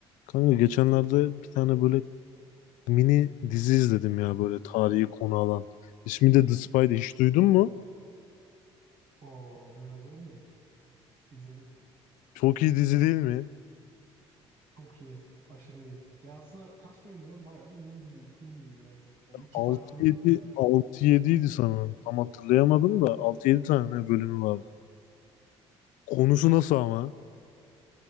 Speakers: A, on the left; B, on the right.
A: Kanka geçenlerde bir tane böyle mini dizi izledim ya böyle tarihi konu alan. İsmi de The Spy'di. Hiç duydun mu?
B: Oo, duymaz olur muyum? İzledim.
A: Çok iyi dizi değil mi?
B: Çok iyi. Aşırı iyi. Ya aslında kaç bölüm ya? Bayağı mini diziydi. Film gibiydi bence. Yani iki
A: Altı
B: part film
A: yedi
B: gibiydi daha çok.
A: altı yediydi sanırım. Tam hatırlayamadım da altı yedi tane bölümü vardı. Konusu nasıl ama?